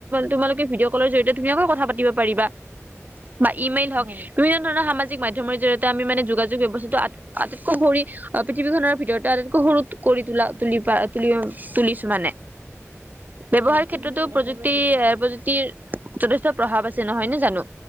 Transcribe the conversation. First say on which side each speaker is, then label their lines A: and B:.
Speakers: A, on the right (about 35°); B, on the right (about 80°).
A: তোমালোকে ভিডিঅ' কলৰ জৰিয়তে ধুনীয়াকৈ কথা পাতিব পাৰিবা। বা ইমেইল হওক
B: হয়,
A: বিভিন্ন ধৰণৰ সামাজিক মা ধ্যমৰ জৰিয়তে আমি মানে যোগাযোগ ব্যৱস্থাটো আটাই আটাইতকৈ কৰি পৃথিৱীখনৰ ভিতৰততে আটতকৈ সৰু কৰি তোলা তুলি পা তুলি তুলিছো মানে। ব্যৱহাৰ
B: হয়। তুমি
A: ক্ষেত্ৰতো
B: একেবাৰে
A: প্ৰযুক্তি
B: ঠিক কৈছা।
A: এ প্ৰযুক্তিৰ যথেষ্ট প্ৰভাৱ আছে। নহয় নে জানো